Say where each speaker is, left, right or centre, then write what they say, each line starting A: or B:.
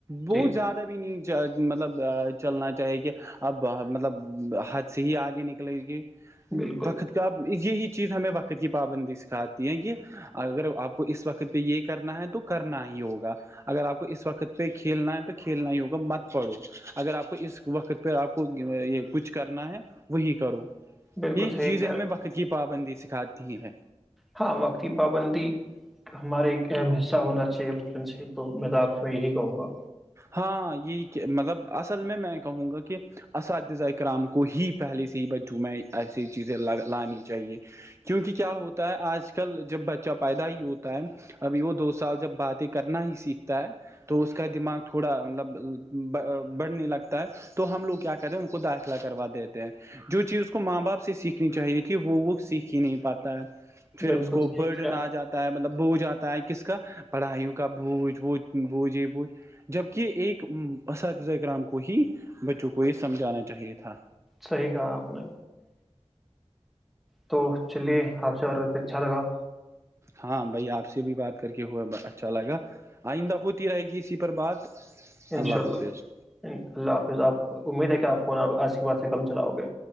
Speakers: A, on the right; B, in the centre.
A: بہت
B: جی
A: زیادہ بھی نہیں مطلب چلنا چاہی کہ اب مطلب حد سے ہی آگے نکلے گی
B: بالکل
A: وقت کا اب یہی چیز ہمیں وقت کی پابندی سکھاتی ہے کہ اگر آپ کو اس وقت پہ یہ کرنا ہے تو کرنا ہی ہوگا اگر آپ کو اس وقت پہ کھیلنا ہے تو کھیلنا ہی ہوگا مت پڑو اگر آپ کو اس وقت پ پ آپ کو یہ کچھ کرنا ہے وہی کرو
B: بالکل
A: یہ
B: صحیح
A: چیزیں
B: کہہ
A: ہمیں
B: رہے ہو
A: وقت کی پابندی سکھاتی ہیں
B: ہاں وقتی پابندی ہمارا ایک اہم حصہ ہونا چاہیے بچپن سے ہی تو میں د آخ میں یہی کہوں گا
A: ہاں یہ کہ مطلب اصل میں میں کہوں گا کہ اساتذہ کرام کو ہی پہلے سے ہی بچجوں میں میں ایسی چیزیں لانی چاہیے کیونکہ کیا ہوتا ہے آج کل جب بچہ پیدا ہی ہوتا ہے ابھی وہ دو سال جب باتیں کرنا ہی سیکھتا ہے تو اس کا دماغ تھوڑا مطلب بڑھنے لگتا ہے تو ہم لوگ کیا کرے ہیں ان کو داخلہ کروا دیتے ہیں جو چیز کو ماں باپ سے سیکھنی چاہیے تھی وہ وہ سیکھ ہی نہیں پاتا ہے پھر
B: بالکل
A: اس کو
B: صحیح
A: برڈن
B: کہہ رہا
A: آ جاتا مطلب بوجھ آتا ہے کس کا پڑھائیوں کا بوج بوج بوج یہ بوج جبکہ ایک اساتذہ ا کرام کو ہی بچوں کو یہ سمجھانا چاہیے تھا
B: صحیح کہا آپ نے تو چلیے آپ سے بار کر کے اچھا لگا
A: ہاں بھائی آپ سے بھی بات کر کے ہوا اچھا لگا آئندہ ہوتی رہے گی اسی پر بات
B: انشاء
A: اللہ
B: اللہ
A: حافظ
B: اناء اللہ حافظ آپ امید ہے کہ آپ فون آ آج کے بعد سے کم چلاؤ گے